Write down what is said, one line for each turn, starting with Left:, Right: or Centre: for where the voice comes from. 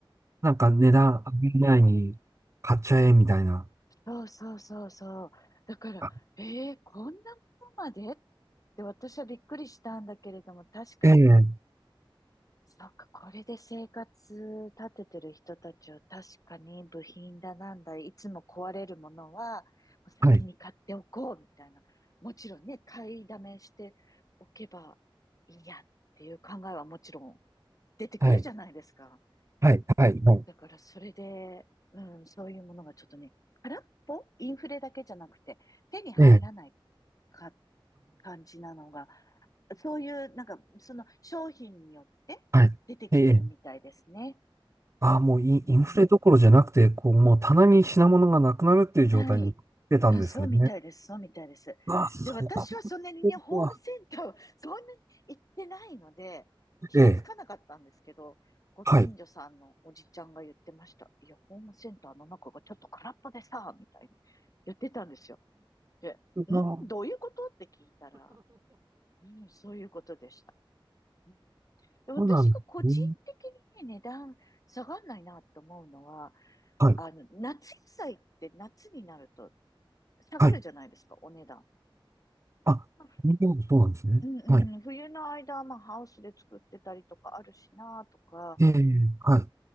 Right: なんか値段上げる前に買っちゃえみたいな。
Left: そうそうそうそうそう。だから、
Right: あ
Left: えー、こんなものまでって私はびっくりしたんだけれども、確かに、
Right: ええ、
Left: そっか、これで生活立ててる人たちを確かに部品だなんだ、いつも壊れるものは先に買っておこうみたいな。
Right: はい、
Left: もちろんね、買いだめしておけばいいやっていう考えはもちろん出てくるじゃないですか。
Right: はい、はい、はい、はい。
Left: だからそれで、うん、そういうものがちょっとね、空っぽインフレだけじゃなくて、手に入らない
Right: ええ、
Left: か感じなのが、そういう、なんか、その商品によって出てきてるみたいですね。
Right: あはい。ええ、ああ、もうイン、
Left: うん
Right: インフレどころじゃなくて、こう、もう棚に品物がなくなるっていう状態に出たんですね。
Left: ない。うん、そうみたいです。そうみたいです。
Right: うわ、そ
Left: で、私はそんなにね、ホームセンターを
Right: こは、
Left: <laughs> そんなに行ってないので、気がつかなかったんですけど、
Right: ええ、
Left: ご近所さんのおじちゃんが言ってました。
Right: はい。
Left: いや、ホームセンターの中がちょっと空っぽでさ、みたいに言ってたんですよ。で、
Right: うわ
Left: んどういうことって聞いたら、
Right: <laughs>
Left: うん、そういうことでした。うんで私が個人的にね、
Right: そうなんですね。
Left: 値段下がんないなと思うのは、
Right: はい、
Left: あの、夏野菜って夏になると下がるじゃないですか、
Right: はい。
Left: お値段。
Right: あ、
Left: まあ
Right: そうなんですね。
Left: うんうん、
Right: はい。
Left: 冬の間、まあ、ハウスで作ってたりとかあるしなとか、
Right: ええ、はい。